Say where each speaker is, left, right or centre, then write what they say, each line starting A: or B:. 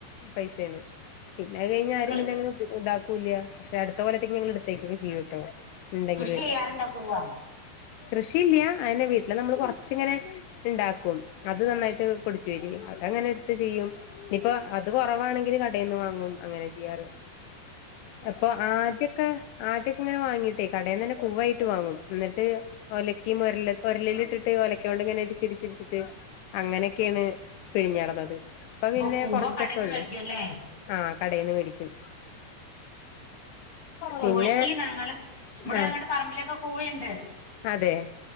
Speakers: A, on the left (about 85°); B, on the left (about 20°).
A: പൈസേണ് പിന്നെ കഴിഞ്ഞാ ആരും
B: കൃ
A: പിന്നെ അങ്ങെ ഇതാക്കൂല്ല പക്ഷെ അടുത്ത കൊല്ലത്തേക്ക് ഞങ്ങൾ ഇടുത്തേക്കൊക്കെ ചെയ്യൂട്ടോ ഇണ്ടെങ്കില്
B: കൃഷി ചെയ്യാറുണ്ടോ കൂവ
A: കൃഷിയില്യ അയന്നെ വീട്ടില് നമ്മള് കൊറച്ച്ങ്ങനെ ഇ ണ്ടാക്കും അത് നന്നായിട്ട് പൊടിച്ചു വരി അതങ്ങനെ ഇ ടുത്ത് ചെയ്യും ഇനിയിപ്പോ അത് കൊറവാണെങ്കില് കടയിൽന്ന് വാങ്ങും അങ്ങനെ ചെയ്യാറ്
B: ഉഊ
A: അപ്പൊ ആദ്യൊക്കെ ആദ്യൊക്കെ ഇങ്ങനെ വാങ്ങീടൈ കടയിന്നെന്നെ കുവ്വായിട്ട് വാങ്ങും ന്നട്ട് ഒലയ്കിം ഒര ഒരലിൽ ഇട്ടിട്ട് ഒലക്യോൻണ്ട്ങ്ങനെ ഇടിച്ചിടിച്ചിട്ട് അങ്ങനെക്കേണ് പിഴിഞ്ഞാടണത് അഹ് പിന്നെ
B: ഓ കൂവ
A: കൊറച്ചൊക്കെള്ളൂ
B: കടേന്ന് മേടിക്കുംല്ലേ
A: ആഹ് കടയിന്ന് മേടിക്യും
B: കൂവയ്ക്ക്
A: പിന്നെ
B: ഞങ്ങള് ഇവിടെ
A: ആഹ്
B: ഞങ്ങടെ പറമ്പിലൊക്കെ കൂവയുണ്ട്
A: അതെയ്